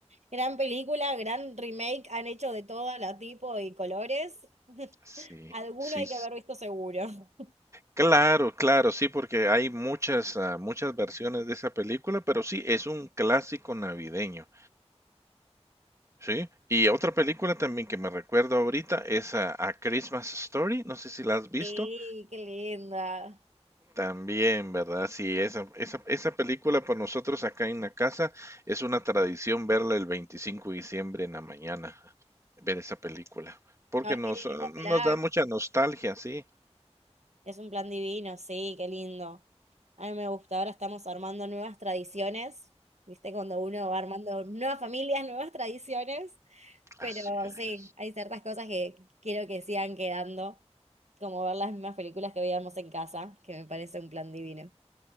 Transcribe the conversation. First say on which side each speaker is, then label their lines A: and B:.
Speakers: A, on the right (about 80°); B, on the right (about 25°).
A: Gran película, gran remake, han hecho de todo, la tipo y colores. <laughs>
B: Sí,
A: Alguno
B: sí,
A: hay que haber visto seguro. <laughs>
B: Claro, claro, sí, porque hay muchas, ah, muchas versiones de esa película, pero sí, es un clásico navideño, ¿sí? Y otra película también que me recuerdo ahorita es ah, A Christmas Story, no sé si la has visto,
A: Sí, qué linda.
B: también, ¿verdad? Sí, esa, esa, esa película para nosotros acá en la casa es una tradición verla el 25 de diciembre en la mañana, ver esa película, porque
A: Ay,
B: nos,
A: qué lindo
B: ah, nos
A: plan.
B: da mucha nostalgia, sí,
A: Es un plan divino, sí, qué lindo. A mí me gusta. Ahora estamos armando nuevas tradiciones. ¿Viste? Cuando uno va armando nuevas familias, nuevas tradiciones. Pero
B: así es.
A: sí, hay ciertas cosas que quiero que sigan quedando. Como ver las mismas películas que veíamos en casa, que me parece un plan divino.